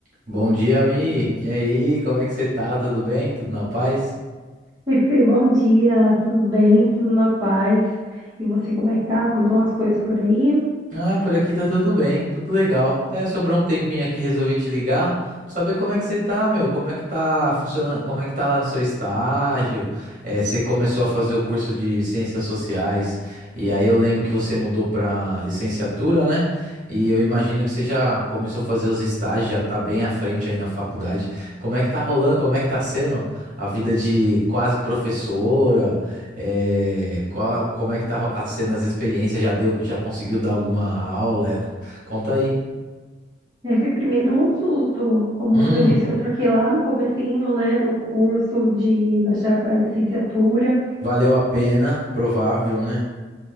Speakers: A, on the right; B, on the right.
A: Bom dia, Mi. E aí, como é que você tá? Tudo bem? Tudo na paz?
B: Oi, Fê, bom dia, tudo bem? Tudo na paz? E você, como é que tá? Como estão as coisas por aí?
A: Ah, por aqui tá tudo bem, tudo legal. É sobrou um tempinho aqui, resolvi te ligar pra saber como é que você tá, meu. Como é que tá funcionando? Como é que tá lá no seu estágio? Eh, você começou a fazer o curso de Ciências Sociais e aí eu lembro que você mudou pra licenciatura, né? E eu imagino que você já começou a fazer os estágios, já tá bem à frente aí na faculdade. Como é que tá rolando? Como é que tá sendo a vida de quase professora? É, qual, como é que tá ro- sendo as experiências? Já deu, já conseguiu dar alguma aula? É. Conta aí.
B: É, Fê, primeiro um susto, como
A: Hum,
B: você disse, eu troquei lá no comecinho, né, do curso de bacharel para licenciatura.
A: valeu a pena, provável, né?